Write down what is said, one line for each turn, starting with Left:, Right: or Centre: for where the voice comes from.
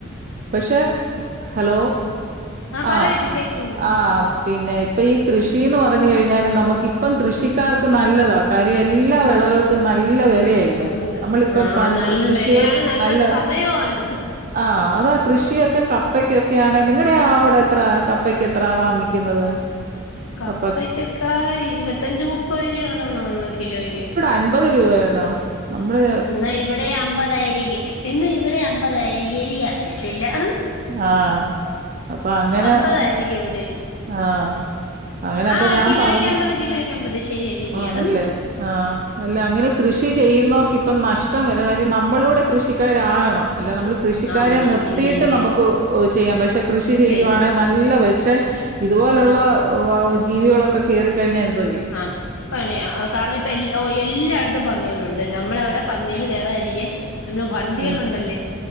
Right: പക്ഷേ ഹലോ
Left: ആഹ് പറയേച്ചി
Right: ആഹ
Left: കേക്കുന്നുണ്ട് ഉം
Right: ആ് പിന്നെ ഇപ്പ ഈ കൃഷിന്ന് പറഞ്ഞ കഴിഞ്ഞാൽ നമുക്കിപ്പം കൃഷിക്കാർക്ക് നല്ലതാ കര്യം എല്ലാ വിളകൾക്കും നല്ലവി ലയല്ലേ
Left: നല്ല
Right: നമ്മളിപ്പം
Left: ആഹ്
Right: പ
Left: നല്ല
Right: കൃഷികൾ
Left: വെലയാണ്
Right: നല്ല
Left: സമയവുമാണ്
Right: ആഹ അതാ കൃഷിയൊക്കെ കപ്പക്കൊക്കെയാണ് നിങ്ങളുടെ അവിടെ എത്ര കപ്പക്ക് എത്ര വാങ്ങിക്കുന്നത്
Left: കപ്പയ്ക്കൊക്കാ
Right: കപ്പ
Left: ഇരുപത്തയഞ്ച് മുപ്പത്തരു ആണന്നുതോന്നുന്നു കിലോയ്ക്ക്
Right: അൻപത് രൂപയടോ അമ്മേ
Left: ഇന്ന് ഇവിടെ അമ്പതായിരിക്കും ഇന്ന് ഇവിടെ അമ്പതായിരിക്കും എനിക്ക് അറിയത്തില്ല ഹ്
Right: ആഹ അപ്പൊ അങ്ങനെ
Left: അമ്പതായിരിക്കും ഇവിടെ
Right: ഹ ആഹ അങ്ങനെ അപ്പൊ
Left: ആഹ്
Right: ഞാൻ
Left: കിലോയ്ക്ക്
Right: പറഞ്ഞു
Left: അമ്പത് കിലോയ്ക്ക് അമ്പത് ശരിയാ ശരിയാ
Right: ആണല്ലേ ആഹ അല്ല അങ്ങനെ കൃഷി ചെയ്യുന്നവർക്ക് ഇപ്പം നഷ്ടം വര കാര്യം നമ്മളൂടെ കൃഷിക്കാരകണം അല്ല നമ്മൾ കൃഷിക്കാരെ
Left: ആവണം
Right: നിർത്തിയിട്ട്
Left: ഇല്ലെങ്കി
Right: നമുക്ക് ചെയ്യാം പക്ഷെ കൃഷി ചെയ്യുവാണെങ്കിൽ
Left: ചെയ്യാം
Right: നല്ല വ പക്ഷെ ഇതുപോലെയുള്ള ജീവികളൊക്കെ കേറിക്കഴിഞ്ഞാൽ എന്തോ ചെയും
Left: ആ പണിയ കാരണം ഇപ്പ എല്ലാ ഓ എല്ലായിടത്തും പന്നികളുണ്ട് നമ്മളവിടെ പന്നികൾ കേയറാതിരിക്കാൻ നമ്മള് വണ്ടികളുണ്ടല്ലേ
Right: ഉം